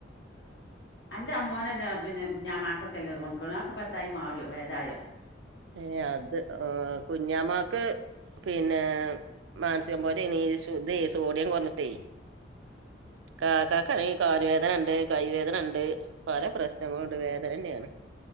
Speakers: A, on the left (about 75°); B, on the right (about 80°).
A: ആഹ് അന്റെ അമ്മോനല്ല പിന്നെ കുഞ്ഞാമാക്കൊക്കെല്ല കൊണ്ക്കട് ആക്കെപ്പത്തായി മാറിയോ വേദായോ
B: ഏ അത് ആ കുഞ്ഞാമാക്ക് പിന്നെ മാൻസികം പോലേനി ശു ദേ സോഡിയം കൊറഞ്ഞിട്ടേ
A: ആഹ്
B: കാക്കാക്കാണെയ് കാല് വേദനണ്ട് കൈവേദനണ്ട് പല പ്രശ്നങ്ങണ്ട് വേദനന്നേണ്.